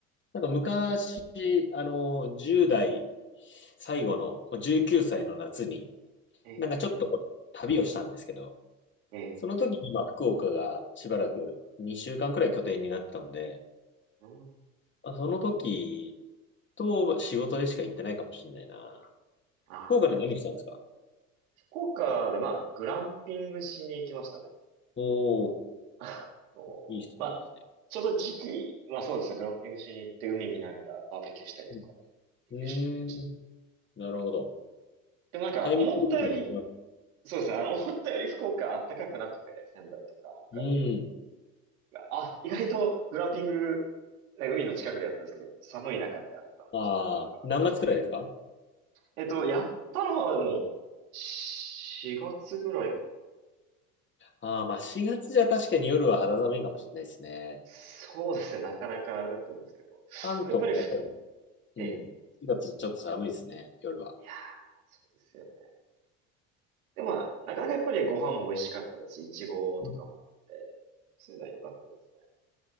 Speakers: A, on the left (about 25°); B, on the right (about 80°).
A: なんか昔、あの、10代最後の、19歳の夏に、
B: ええ、
A: なんかちょっとこう旅をしたんですけど、
B: ええ。
A: その時にまあ福岡がしばらく2週間くらい拠点になってたんで、
B: うん。
A: まあ、その時と仕事でしか行ってないかもしれないな。
B: ああ。
A: 福岡で何したんですか
B: 福岡で、まあ、グランピングしに行きましたね。
A: おおー、
B: <laughs> あのまあ、
A: いいっすね、いいっすね。
B: ちょうど時期、まあそうですね、グランピングしに行って海見ながらバーベキューしたりとかで、
A: うん、
B: リフレッシュに行きました。
A: うーんなるほど。
B: でもなんか、
A: タイミング的には
B: 思ったより、そうですね、あの、思ったより福岡あったかくなくて、仙台とか北海道
A: うん。
B: が、あ、意外とグランピング、ね、海の近くでやったんですけど、寒い中でやったので、
A: ああ、
B: ちょっとそれはあれですね。
A: 何月くらいですか
B: えっと、やったのはでも、4月ぐらいかな。
A: ああ、まあ4月じゃ確かに夜は肌寒いかもしれないですね。
B: そうですね、なかなかあれだったんですけど、
A: 関東もやっぱり、
B: やっぱりええ。
A: うん。4月ちょっと寒いですね、夜は。
B: いやー、そうですよね。でもまあ、なかなかやっぱりご飯も美味しかったですし、いちごとかもあって、
A: うん
B: そういうのは良かったですね。